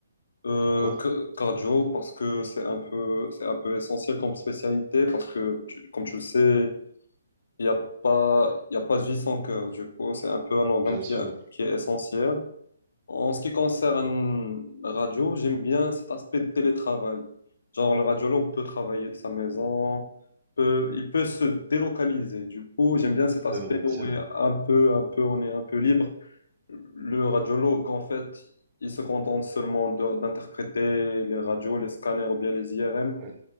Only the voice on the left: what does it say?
Euh,
ca- cardio parce que c'est un peu, c'est un peu essentiel comme spécialité parce que, tu- comme tu le sais, il n'y a pas, il y a pas de vie sans cœur. Du coup, c'est un peu un organe
qui,
a- qui est essentiel. En ce qui concerne la radio, j'aime bien cet aspect de télétravail. Genre, le radiologue peut travailler de sa maison, peut, il peut se délocaliser. Du coup, j'aime bien cet aspect
où
il
est un peu, un peu, on est un peu libre. Le radiologue, en fait, il se contente seulement de- d'interpréter les radios, les scanners ou bien les IRM